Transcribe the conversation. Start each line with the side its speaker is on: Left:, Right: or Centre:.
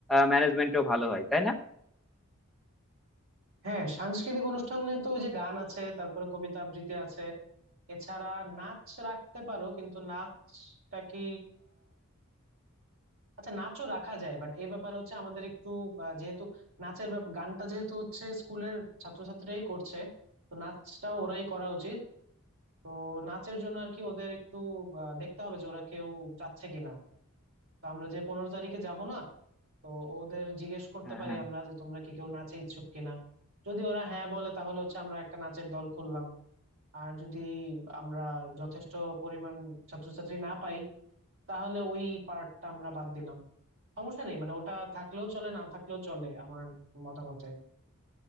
Centre: ম্যানেজমেন্টও ভালো হয় তাই না
Right: হ্যাঁ সাংস্কৃতিক অনুষ্ঠানে তো ওই যে গান আছে তারপরে কবিতা আবৃত্তি আছে এছাড়া নাচ রাখতে পারো কিন্তু নাচটা কি আচ্ছা নাচও রাখা যায় বাট এই ব্যাপারে হচ্ছে আমাদের একটু আহ, যেহেতু নাচের ব্যাপ- গানটা যেহেতু হচ্ছে স্কুলের ছাত্রছাত্রীরাই করছে তো নাচটাও ওরাই করা উচিত তো নাচের জন্য আর কি ওদের একটু আহ, দেখতে হবে যে ওরা কেউ চাচ্ছে কিনা তো আমরা যে পনেরো তারিখে যাব না তো ওদের জিজ্ঞেস করতে
Centre: হ্যাঁ
Right: পারি
Centre: হ্যাঁ
Right: আমরা যে তোমরা কি কেউ নাচে ইচ্ছুক কিনা যদি ওরা হ্যাঁ বলে তাহলে হচ্ছে আমরা একটা নাচের দল খুললাম আর যদি আমরা যথেষ্ট পরিমাণ ছাত্রছাত্রী না পাই তাহলে ওই পার্টটা আমরা বাদ দিলাম সমস্যা নেই মানে ওটা থাকলেও চলে না থাকলেও চলে আমার মতামতে